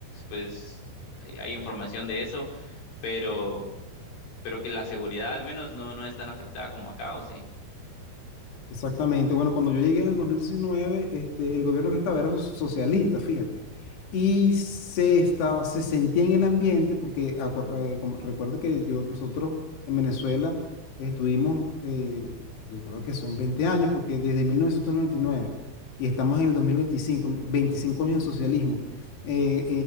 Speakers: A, on the left; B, on the left.
A: pues hay hay información de eso, pero, pero que la seguridad al menos no, no es tan afectada como acá, ¿o sí?
B: Exactamente. Bueno, cuando yo llegué en el 2019, este, el gobierno que estaba era so- socialista, fíjate. Y se estaba, se sentía en el ambiente, porque acuer- eh, como- recuerda que yo, nosotros en Venezuela estuvimos, eh, yo creo que son 20 años, porque desde 1999 y nueve y estamos en el 2025, 25 años en socialismo. Eh,